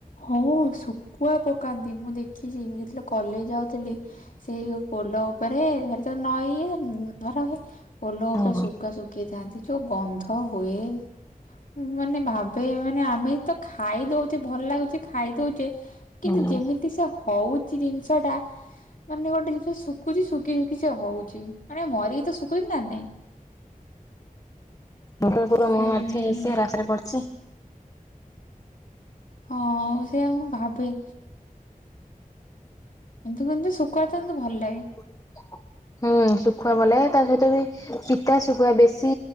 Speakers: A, on the left; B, on the left.
A: ହଁ ଶୁଖୁଆ ପକାନ୍ତି ମୁଁ ଦେଖିଛି ମୁଁ ଯେତେବେଳେ କଲେଜ ଯାଉଥିଲି, ସେଇ ପୋ ପୋଲ ଉପରେ ହେଠି ତ ନଈ ଇଏ ଧରା ହୁଏ। ପୋଲ ଉପରେ
B: ହୁଁ
A: ଶୁଖୁଆ ଶୁଖେଇଥାନ୍ତି। ଯୋଉ ଗନ୍ଧ ହୁଏ। ମୁଁ ମାନେ ଭାବେ ମାନେ ଆମେ ତ ଖାଇଦଉଚେ ଭଲ ଲାଗୁଚି। ଖାଇ ଦଉଚେ।
B: ହୁଁ।
A: କିନ୍ତୁ ଯେମିତି ସେ ହଉଚି ଜିନିଷ ଟା ମାନେ ଗୋଟେ ଜିନିଷ ଶୁଖୁଛି ଶୁଖି ଶୁଖିଛି ହଉଚି। ମାନେ ମରିକି ତ ଶୁଖୁଛି ନା ନାଇଁ?
B: ଟୋଟାଲି ପୁରା
A: ସିଏ
B: ମୁହଁ ମାଡ଼ିଚି ସେ ରାସ୍ତା ରେ ପଡ଼ିଚି।
A: ହଁ ସେଇଆ ମୁଁ ଭାବେ। କିନ୍ତୁ କିନ୍ତୁ ଶୁକୁଆ କିନ୍ତୁ ଭଲ ଲାଗେ।
B: <inaudible> ହୁଁ ଶୁଖୁଆ ଭଲ ଲାଗେ। ତା ସହିତ ବି ଚିତା ଶୁଖୁଆ ବେଶୀ